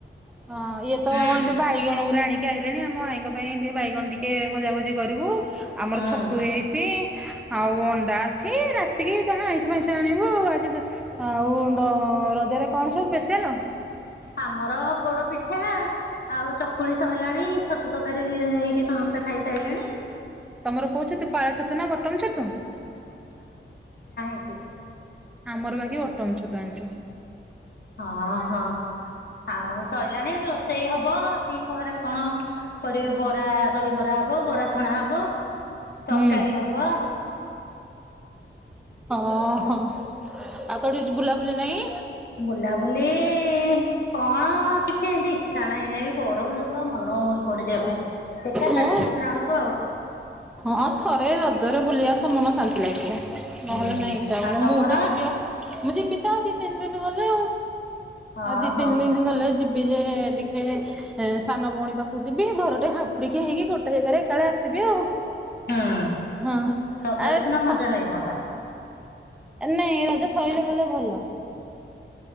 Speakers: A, in the centre; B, on the left.
A: ହଁ ଇଏ ତ
B: ହୁଁ
A: ହଁ ଏ ବାଇଗଣଗୁରା ଆଣିକି କିଏ ଆଇଲେଣି ଆମ ଆଇଙ୍ଗ ପାଇଁ ଟିକେ ବାଇଗଣ ଟିକେ ଭଜାଭଜି କରିବୁ। ଆମର
B: ହୁଁ
A: ଛତୁ ହେଇଚିଁ। ଆଉ ଅଣ୍ଡା ଅଛିଁ ରାତ୍ ଏତିକି ଯାହା ଆଇଁଷ ଫାଇଁସ ଆଣିବୁ। ଆଜିତ ଆଉ କଁ ରଜରେ କଣ ସବୁ ସ୍ପେଶିଆଲ?
B: ଆମର ପୋଡ ପିଠା ଆଉ ଚକୁଳି ସଇଲାଣି ଛତୁ ତକାରୀ ହେଇକି ସମସ୍ତେ ଖାଇସାଇଲେଣି।
A: ତମର କୋଉ ଛତୁ ପାଳ ଛତୁ ନା ବଟମ ଛତୁ?
B: କି
A: ଆମର ବାକି ବଟମ ଛତୁ ଆଣିଛୁ।
B: ହଁ ହଁ ଆଉ ସଇଲାଣି ରୋଷେଇ ହବ ଦିପହରେ କଣ କରିବେ ବରା ଦହିବରା ହବ, ବରା ସ ଣା ହବ ତରକାରୀ
A: ହୁଁ।
B: ହବ।
A: ଅ ହ, ଆଉ କଉଠିଛି ବୁଲା ବୁଲି ନାଇଁ।
B: ବୁଲାବୁଲି ଲିଁ କଣ କିଛି ଏମିତି ଇଚ୍ଛା ନାହିଁ ଏଇ ଗରମ ଯୋଗୁ ଆଉ ମନ ହଉନି। କୁଆଡେ ଯିବା ପାଇଁ ଦେଖିବା
A: ହଁ।
B: କାଲି ପର ଦିନ ଆଡକୁ ଆଉ।
A: ହଁ ଥରେ ରଜରେ ବୁଲିଆସ ମନ ଶାନ୍ତି ଲାଗିବ। ନହେଲେ
B: ହୁଁ
A: ନାଇଁ ଇଛାଅଲେ
B: ଆଉ ତମର?
A: ମୁଁ ତ ଯିବି ମୁଁ ଯିବି ତ ଆଉ ଯି ତିନି ଦିନ ଗଲେ ଆଉ।
B: ହଁ
A: ଆଉ ଦି
B: ହଁ
A: ତିନି ଦିନ ଗଲେ ଯିବି ଯେ ଏ -ଏଗ। ଟିକେ ସାନ ଭଉଣୀ ପାଖକୁ ଯିବି ଥରଟେ ହାପୁଡି ଇଏ ହେଇକି ଗୋଟେ ଜାଗାରେ ଏକାଳେ ଆସିବେ ଆଉ।
B: ହୁଁ
A: ହଁ
B: ରଜରେ
A: ଆଉ
B: ସିନା ମଜା ଲାଗିଥାନ୍ତା।
A: ନାଇଁ ରଜ ସଇଲା ପରେ ଭଲ।